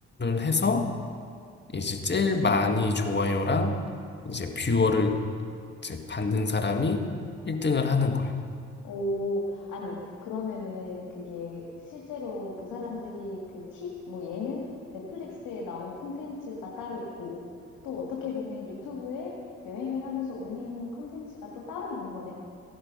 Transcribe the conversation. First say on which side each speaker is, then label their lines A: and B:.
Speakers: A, on the left; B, on the left.
A: 해서 이제 제일 많이 좋아요랑 이제 뷰어를 이제 받는 사람이 1등을 하는 거예요.
B: 오, 아니, 그러면은 그게 실제로 그 사람들이 그 팁, 뭐 예능? 넷플릭스에 나온 콘텐츠가 따로 있고, 또 어떻게 보면 유튜브에 여행을 하면서 올린 콘텐츠가 또 따로 있는 거네?